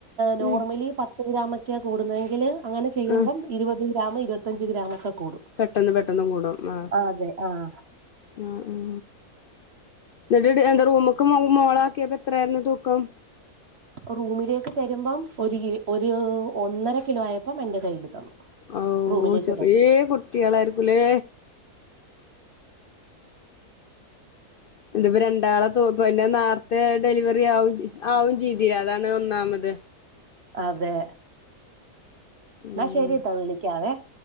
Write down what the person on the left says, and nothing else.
ഉം
ആഹ്
പെട്ടെന്ന് പെട്ടെന്ന് കൂടും ആഹ്
ഉം ഉം ന്നട്ട് എന്താ റൂമ്ക്കെ മോളാക്കിയപ്പെ എത്രായ്ര്ന്നു തൂക്കം
ഔ
ചെറേ
കുട്ട്യാളായ്രിക്കുലേ ത്പ്പം രണ്ടാളെ തൂക്ക ഇപ്പെ നേര്ത്തെ ഡെലിവെറി ആവും ചെയ് ആവും ചെയ്തിലേ അതാണ് ഒന്നാമത്
ഉം